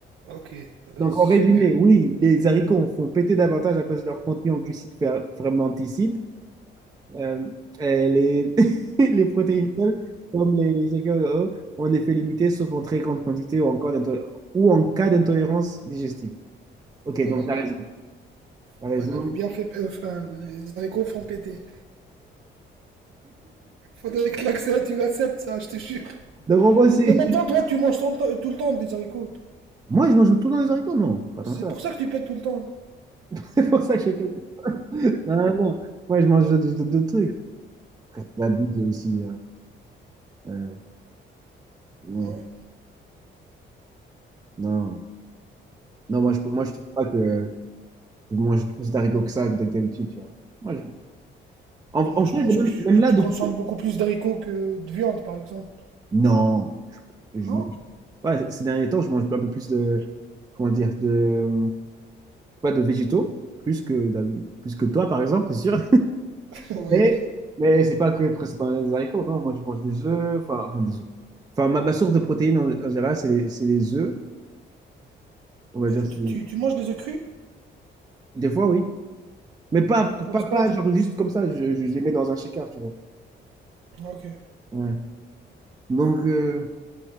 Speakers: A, on the right; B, on the right.
A: Ok,
B: Donc,
A: c'est
B: en résumé,
A: ok.
B: oui, les haricots font péter davantage à cause de leur contenu en glucides fer- fermenticides. Euh, et les, <laughs> les protéines seules, comme les GKE, ont un effet limité, sauf en très grande quantité ou, encore d'into- ou en cas d'intolérance digestive.
A: Voilà.
B: Ok, donc tu as raison. T'as
A: Voilà,
B: raison.
A: l'eau bien fait, euh, enfin, les haricots font péter. Faudrait que l'accès, tu l'acceptes, ça, je te jure.
B: Donc, moi, c'est...
A: Mais en même temps, toi, tu manges tout le temps- euh, tout le temps des haricots.
B: Moi, je mange tout dans les haricots, non? Pas
A: C'est
B: tant que ça.
A: pour ça que tu pètes tout le temps.
B: <laughs> C'est pour ça que je fais... Non, non, non. Moi, je mange d'autres d'autres- d'autres trucs. Après, c'est La bite aussi. là. Euh, non,
A: Ouais.
B: non. Non, moi, je peux- moi, je trouve pas que je mange plus d'haricots que ça que d'habitude, tu vois. Moi, je... En,
A: Non,
B: en
A: je
B: fait,
A: pense
B: même,
A: que
B: même là,
A: tu
B: depuis...
A: consommes beaucoup plus d'haricots que de viande, par exemple.
B: Non. Je,
A: Non?
B: je mange... Ouais, ces derniers temps, je mange un peu plus de... Comment dire? De... Pas de végétaux. Plus que, d'hab- plus que toi, par exemple, c'est sûr.
A: <laughs> Oui.
B: Mais, mais c'est pas que principalement les haricots, non. Moi, je mange des œufs, enfin, enfin, des œufs. Enfin, ma, ma source de protéines en, en général, c'est les, c'est les œufs, on va dire. c'est-
A: Tu, tu, tu manges des œufs crus
B: Des fois, oui. Mais pas,
A: pour
B: pas,
A: le sport?
B: pas genre juste comme ça, je, je les mets dans un shaker, tu vois.
A: Ok,
B: Ouais. Donc, euh,